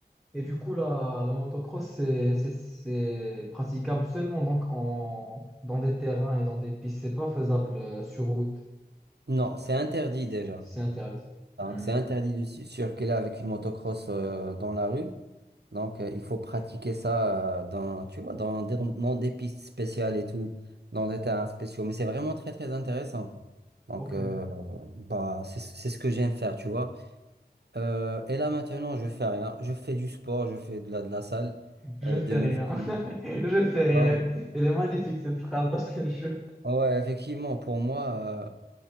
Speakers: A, in the centre; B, on the right (about 80°).
A: Et du coup, la, la motocross, c'est c'est- c'est praticable seulement donc en, dans des terrains et dans des pistes. C'est pas faisable euh, sur route.
B: Non, c'est interdit déjà.
A: si C'est interdit.
B: Donc,
A: Hmm.
B: c'est interdit de cir- circuler avec une motocross euh, dans la rue. Donc, euh, il faut pratiquer ça euh, dans, tu vois, dans des, dans des pistes spéciales et tout, dans des terrains spéciaux. Mais c'est vraiment très, très intéressant. Donc,
A: Ok.
B: euh, bah, c'est c'est ce que j'aime faire, tu vois. Euh, et là maintenant, je fais rien. Je fais du sport, je fais de la, de la salle,
A: Je
B: euh,
A: fais
B: de muscu.
A: rien. <laughs> Je fais rien.
B: Bah oui.
A: Elle est magnifique cette phrase, parce que je... te jure.
B: Ah Ouais, effectivement, pour moi, euh,